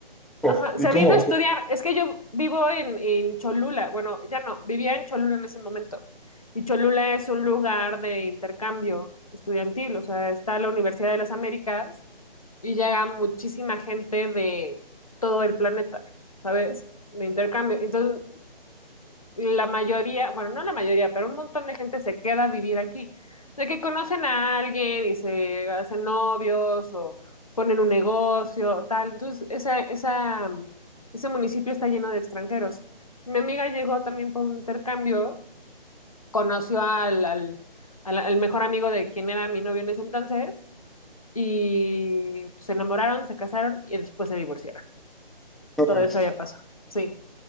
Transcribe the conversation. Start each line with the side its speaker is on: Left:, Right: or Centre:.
Centre: Oh,
Left: Ajá,
Centre: ¿y
Left: se
Centre: cómo?
Left: vino a estudiar. Es que yo vivo en, en Cholula. Bueno, ya no, vivía en Cholula en ese momento. Y Cholula es un lugar de intercambio estudiantil. O sea, está la Universidad de las Américas y llega muchísima gente de todo el planeta, ¿sabes? De intercambio. Entonces, la mayoría, bueno, no la mayoría, pero un montón de gente se queda a vivir aquí. De que conocen a alguien y se hacen novios o ponen un negocio, tal. Entonces, esa, esa, ese municipio está lleno de extranjeros. Mi amiga llegó también por un intercambio, conoció al, al, al- al mejor amigo de quien era mi novio en ese entonces y se enamoraron, se casaron y después se divorciaron.
Centre: No
Left: Todo
Centre: manches.
Left: eso ya pasó. Sí.